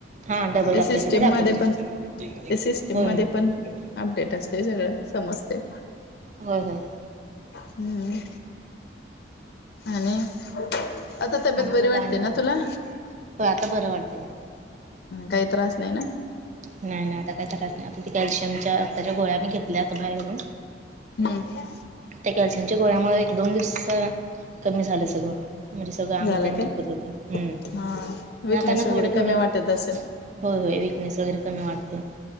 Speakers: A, on the right; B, on the left.
A: हा डबल
B: ए
A: असल्यासारखं
B: सिस्टीम
A: दाखवते
B: मध्ये पण, ए सिस्टीम
A: होय
B: मध्ये
A: होय
B: पण, अपडेट असतेय सगळंच. समजतय.
A: होय होय.
B: हम्म! आणि? आता तब्येत
A: आणखीन
B: बरी वाटते
A: काय नाही
B: ना
A: बघा
B: तुला?
A: हो, आता बरं वाटतय.
B: काही त्रास नाही ना?
A: नाही नाही, आता काही त्रास नाही, आता ते कॅल्शियमच्या अताच्या गोळ्या मी घेतल्यात बाहेरून
B: हम्.
A: त्या कॅल्शियमच्या गोळ्यामुळे, एक दोन दिवस कमी झालं सगळं. म्हणजे सगळं अंग
B: झालं
A: तेने
B: काय
A: दुकरत होत, हम्म!
B: हा विकनेस
A: आताना
B: वगैरे
A: थोडं थोडं
B: कमी वाटत असेल
A: होय होय, विकनेस वगैरे कमी वाटतोय.